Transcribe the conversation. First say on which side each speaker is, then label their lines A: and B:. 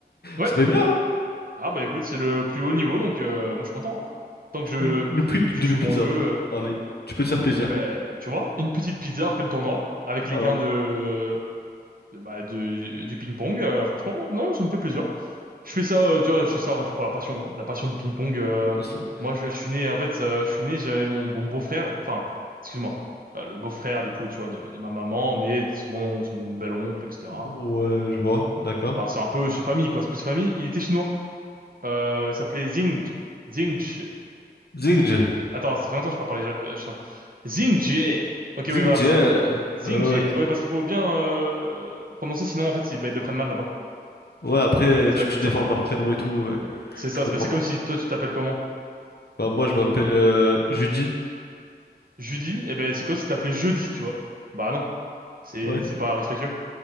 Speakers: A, on the right (about 55°); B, on the left (about 70°).
A: Ouais.
B: ça fait bien, hein?
A: Ah bah écoute, c'est le plus haut niveau, donc euh, moi je suis content. hein. Tant que je,
B: Le, le prix d'une
A: je
B: demi-pizza.
A: joue mon jeu... euh,
B: Allez, tu peux te faire plaisir.
A: Eh ben, tu vois, une petite pizza après le tournoi, avec
B: Voilà,
A: les gains de... Bah, de- du ping-pong, euh, franchement, non, ça me fait plaisir. Je fais ça, euh, tu vois, je fais ça avant tout pour la passion, hein. La passion du ping-pong. euh,
B: passons.
A: moi, je, je suis né, en fait, euh, je suis né, j'avais mon bon beau-frère, enfin, excuse-moi, euh, le beau-frère, du coup, tu vois, de, de ma maman, mais c'est mon, c'est mon bel-oncle, etc.
B: Ouais, je vois, d'accord.
A: Enfin, c'est un peu, c'est famille, quoi, c'est plus famille. Il était chinois. Euh, il s'appelait Zing, Zing.
B: Zingj,
A: Attends, ça fait longtemps que je n'ai pas parlé euh, chinois. Zing Jie. Ok, oui,
B: Zingj,
A: voilà, c'est ça. Zing
B: ok.
A: Jie. Ouais, parce qu'il faut bien euh, prononcer, sinon, en fait, ils, bah, ils le prennent mal là-bas.
B: Ouais, après,
A: C'est
B: tu,
A: la
B: tu
A: culture.
B: déformes leur prénom et tout, ouais,
A: C'est ça,
B: je comprends.
A: c'est ben, c'est comme si toi tu t'appelles comment?
B: Bah, moi, je m'appelle euh, Judy.
A: Judy, eh ben c'est comme si tu t'appelais jeudi, tu vois. Bah non, c'est
B: Ouais.
A: c'est pas respectueux.